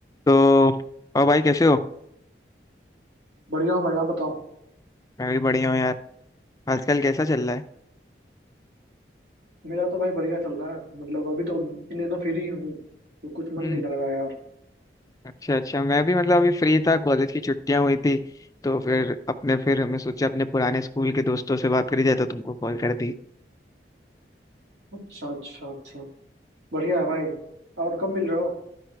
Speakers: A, on the left; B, on the right.
A: तो और भाई कैसे हो
B: बढ़िया हो भाई आप बताओ
A: मैं भी बढ़िया हूँ यार आजकल कैसा चल रहा है
B: मेरा तो भाई बढ़िया चल रहा है मतलब अभी तो इन दिनों फ्री ही हूँ तो कुछ मन
A: हम्म
B: नहीं लग रहा है यार
A: अच्छा अच्छा मैं भी मतलब अभी फ्री था कॉलेज की छुट्टियां हुई थी तो फिर अपने फिर हमने सोचा अपने पुराने स्कूल के दोस्तों से बात करी जाए तो तुमको कॉल कर दी
B: अच्छा अच्छा अच्छा बढ़िया है भाई और कब मिल रहे हो